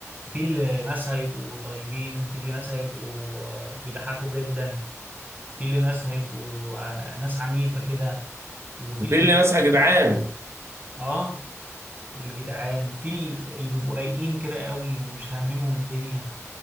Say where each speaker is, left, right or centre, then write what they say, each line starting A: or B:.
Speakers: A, on the right; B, on the right.
A: في اللي ناس هيبقوا طيبين في اللي ناس هيبقوا آه، بيضحكوا جدا في اللي ناس هيبقوا آه، ناس عنيفة كده وفي
B: بتقول
A: اللي بيبقوا
B: لي ناسها يا جدعان
A: اه الجدعان في اللي بيبقوا رايقين كده قوي ومش هاممهم الدنيا